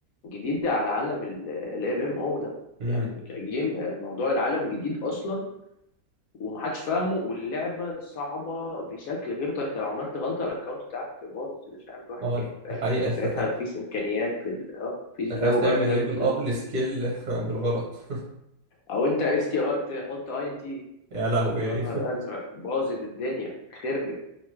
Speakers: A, on the left; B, on the right.
A: جديده على عالم الام ام او ده
B: مم.
A: يعني كجيم آه، موضوع العالم جديد اصلا ومحدش فاهمه واللعبه صعبه بشكل غير طبيعي. انت لو عملت غلطه الاكونت بتاعك باظ مش عامل واحد
B: اه
A: يعني فاهم
B: دي حقيقة
A: كان ساعتها
B: <laughs> تخ-
A: مفيش امكانيات لل اه مفيش
B: تخيل
A: جو
B: تعمل
A: بقى البرايفت
B: ليفل
A: سيرفر
B: اب لسكيل <laughs> بالغلط
A: او انت اس تي ار تحط اي ان تي
B: <laughs> يا لهوي
A: يا نهار ازرق باظت الدنيا خربت